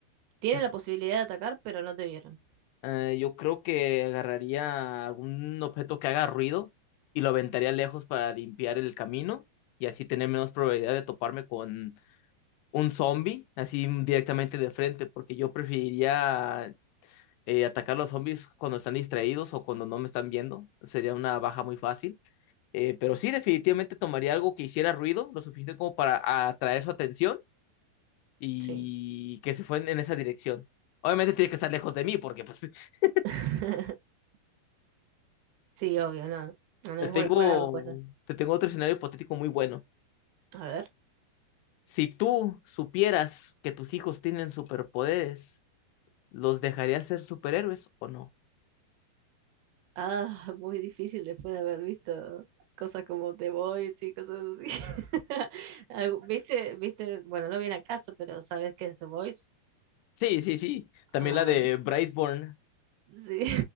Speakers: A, on the right; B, on the left.
A: Tienen
B: si no-
A: la posibilidad de atacar, pero no te vieron.
B: eh, yo creo que agarraría algún objeto que haga ruido y lo aventaría lejos para limpiar el camino y así tener menos probabilidad de toparme con un zombie, así directamente de frente, porque yo preferiría eh, atacar a los zombies cuando están distraídos o cuando no me están viendo. Sería una baja muy fácil. Eh, pero sí, definitivamente tomaría algo que hiciera ruido, lo suficiente como para atraer su atención y
A: Sí.
B: que se fue en, en esa dirección. Obviamente tiene que estar lejos de mí porque pues <laughs>
A: <laughs> Sí, obvio, no. No, no
B: te
A: es
B: tengo,
A: buena, buena respuesta.
B: te tengo otro escenario hipotético muy bueno.
A: A ver.
B: Si tú supieras que tus hijos tienen superpoderes, ¿los dejarías ser superhéroes o no?
A: Ah, <laughs> muy difícil después de haber visto cosas como The Voice y cosas así. <laughs> Algo- ¿Viste? ¿Viste? Bueno, no viene al caso, pero ¿sabes qué es The Voice?
B: Sí, sí, sí. También
A: Ah,
B: la
A: bueno.
B: de Brightborn.
A: Sí,